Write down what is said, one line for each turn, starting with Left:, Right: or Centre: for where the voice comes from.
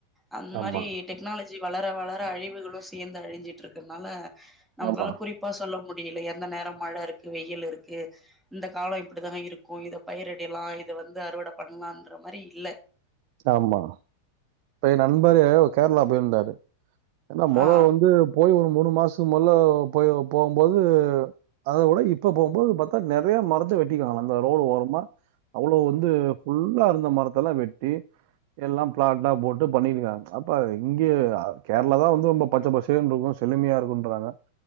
Centre: அந்த மாரி
Right: ஆமா,
Centre: டெக்னாலஜி வளர வளர அழிவுகளும் சேர்ந்து அழி்சிட்டு இருக்கனால நம்பளால
Right: ஆமா,
Centre: குறிப் பா சொல்ல முடியல எந்த நேரம் மழ இருக்கு வெயில் இருக்கு இந்த காலம் இப்டிதான் இருக்கும் இத பயிரிடலாம் இத வந்து அறுவட பண்ணலான்ற மாரி இல்ல
Right: ஆமா இப்ப ஏ நண்பரு கேரளா போயிருந்தாரு ஏன்னா மொதோ
Centre: ஆ
Right: வந்து போய் ஒரு மூணு மாசத்துக் முல்ல போய் போம்போது அத விட இப்ப போம்போது பாத்தா நெறைய மரத்த வெட்டிக்கானுங்க அந்த ரோடு ஓரமா அவ்வளோ வந்து ஃபுல்லா இருந்த மரத்தெல்லா வெட்டி எல்லா ப்ளாட் லா போட்டு பண்ணியிருக்காங்க அப்போ இங்கே கேரளா தா வந்து ரொம்ப பச்ச பசேல்னு இருக்கு செலுமையா இருக்குன்றாங்க